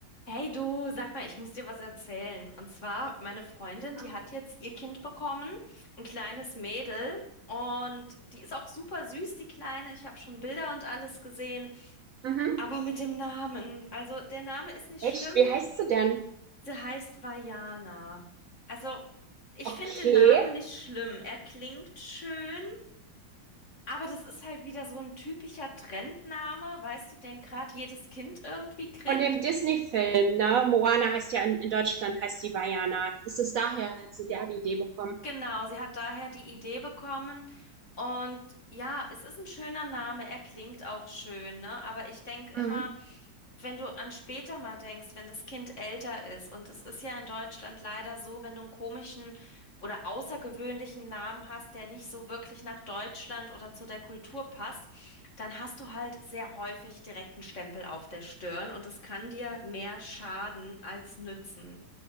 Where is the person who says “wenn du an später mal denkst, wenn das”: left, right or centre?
Left